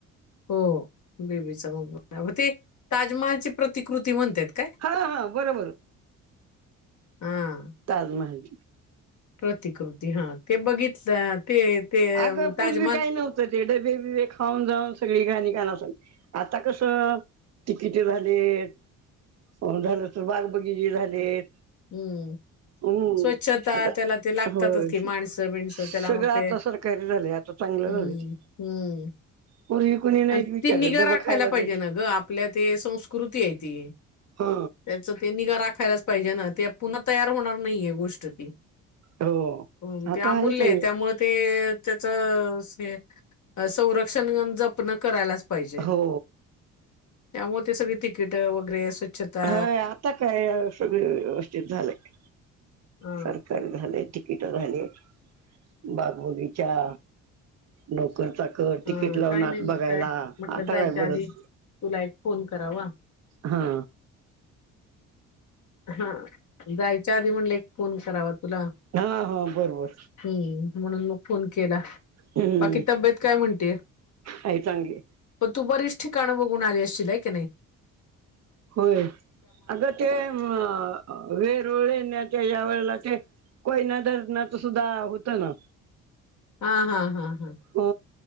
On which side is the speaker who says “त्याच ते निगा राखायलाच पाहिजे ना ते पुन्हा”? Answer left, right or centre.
Left